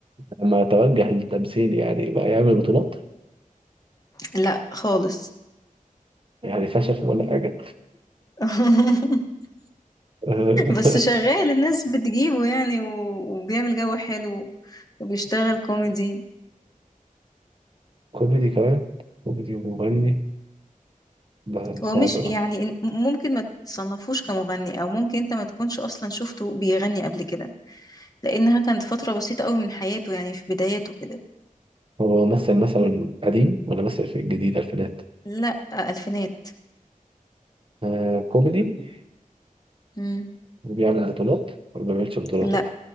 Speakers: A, on the right (about 40°); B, on the left (about 25°).
A: لما توجه للتمثيل يعني بقى يعمل بطولات
B: لا خالص
A: يعني فشل ولا حاجة
B: <laughs>
A: آه،
B: بس شغال
A: <laughs>
B: الناس بتجيبه يعني و- وبيعمل جو حلو وبيشتغل كوميدي
A: كوميدي كمان كوميدي ومغني ده
B: هو
A: صعب
B: مش
A: أوي
B: يعني إن- ممكن ما تصنفوش كمغني او ممكن انت ما تكونش اصلا شفته بيغني قبل كده لانها كانت فترة بسيطة قوي من حياته يعني في بداياته كده
A: هو مثل مثلا قديم ولا مثل في الجديد ألفينات
B: لا آه، الفينات
A: آه كوميدي
B: مم.
A: وبيعمل بطولات ولا ما بيعملش بطولات
B: لا